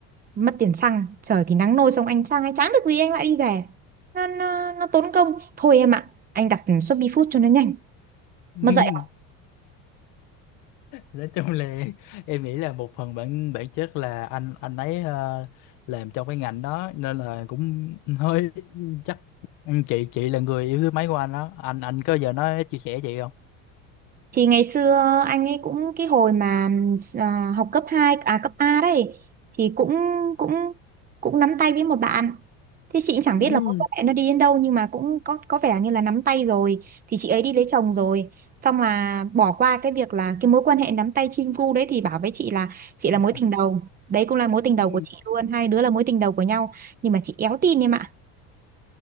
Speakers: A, on the right; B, on the left.
A: mất tiền xăng trời thì nắng nôi xong anh sang anh chẳng được gì anh lại đi về nó nó, nó tốn công thôi em ạ anh đặt Shopee Food cho nó nhanh
B: <laughs>
A: mà dậy
B: nói chung là em nghĩ là một phần bản bản chất là anh anh ấy ờ, làm trong cái ngành đó nên là cũng hơi chắc chị chị là người yêu thứ mấy của anh đó anh anh có giờ nói chia sẻ chị không
A: Thì ngày xưa anh ấy cũng cái hồi mà à, học cấp 2 à cấp A đấy thì cũng cũng cũng nắm tay với một bạn. Thế chị cũng chẳng
B: ừ.
A: biết là mối quan hệ nó đi đến đâu nhưng mà cũng có có vẻ như là nắm tay rồi thì chị ấy đi lấy chồng rồi. Xong là bỏ qua cái việc là cái mối quan hệ nắm tay chim cu đấy thì bảo với chị là chị là
B: <laughs>
A: mối tình đầu. Đấy cũng là mối tình đầu
B: Ừ.
A: của chị luôn, hai đứa là mối tình đầu của nhau nhưng mà chị éo tin em ạ.